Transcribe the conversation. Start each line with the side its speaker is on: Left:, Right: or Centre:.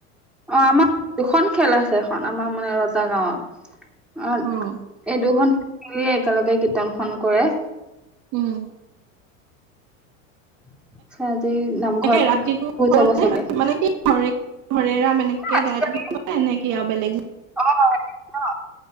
Centre: অ', আমা দুখন খেল আছে এখন আমাৰ মানে ৰজা গাঁৱত। অ',
Right: উম
Centre: এই দুখন- য়ে একেলগে কীৰ্তনখন কৰে।
Right: উম।
Centre: <unintelligible> ই নামঘৰত
Right: তাকে ৰাতিটো
Centre: <unintelligible>
Right: হবনে
Centre: চাব চাগে।
Right: <unintelligible> এনেকে
Centre: আজিকালি
Right: গাই থাকিবা নে- <unintelligible>
Centre: অ', হৰে কৃষ্ণ,